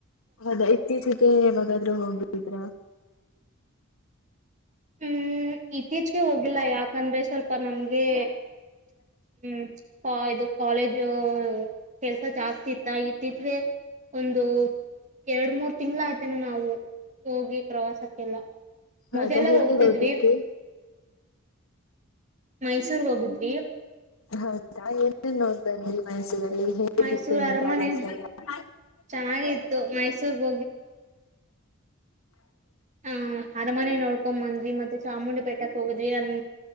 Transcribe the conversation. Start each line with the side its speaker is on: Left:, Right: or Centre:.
Left: ಹೌದಾ ಇತ್ತೀಚಿಗೆ ಯಾವಾಗಾದ್ರೂ ಹೋಗಿದ್ರ
Right: ಹ್ಮ್ ಇತ್ತೀಚಿಗೆ ಹೋಗಿಲ್ಲ ಯಾಕಂದ್ರೆ ಸ್ವಲ್ಪ ನಮ್ಗೆ ಹ್ಮ್ ಇದು ಕಾಲೇಜು ಕೆಲ್ಸ ಜಾಸ್ತಿ ಇತ್ತ ಇತ್ತೀಚಿಗೆ ಒಂದು ಎರಡ್ ಮೂರ್ ತಿಂಗ್ಳ ಆಯ್ತೆನು ನಾವು ಹೋಗಿ ಪ್ರವಾಸಕ್ಕೆಲ್ಲ
Left: ಹೌದ
Right: ಮೊದಲೆಲ್ಲ
Left: ಎಲ್ಲಿಗೆ
Right: ಹೋಗ್ತಿದ್ವಿ
Left: ಹೋಗಿದ್ರಿ
Right: ಮೈಸೂರ್ ಹೋಗಿದ್ವಿ
Left: ಹೌದಾ ಏನ್ ಏನ್ ನೋಡ್ದೆ ಅಲ್ಲಿ ಮೈಸೂರಲ್ಲಿ ಹೇಗಿತ್ತು
Right: ಮೈಸೂರ್
Left: ನಿಮ್
Right: ಅರಮನೆ
Left: ಪ್ರವಾಸಯಲ್ಲ <inaudible>
Right: ಚೆನ್ನಾಗಿ ಇತ್ತು ಮೈಸೂರ್ಗ್ ಹ್ಮ್ ಅರಮನೆ ನೋಡ್ಕೊ ಬಂದ್ವಿ ಮತ್ತೆ ಚಾಮುಂಡಿ ಬೆಟ್ಟಕ್ ಹೋಗದ್ವಿ ಅನ್